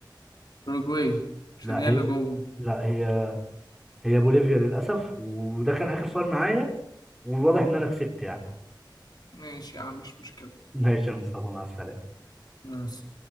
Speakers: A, on the left; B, in the centre.
A: اوروجواي عشان
B: لا
A: هي
B: هي
A: اللي جوه
B: لا هي هي بوليفيا للاسف وده كان اخر سؤال معايا والواضح ان انا كسبت يعني
A: ماشي يا عم مش مشكلة
B: ماشي يا مصطفى مع السلامه
A: ماشي.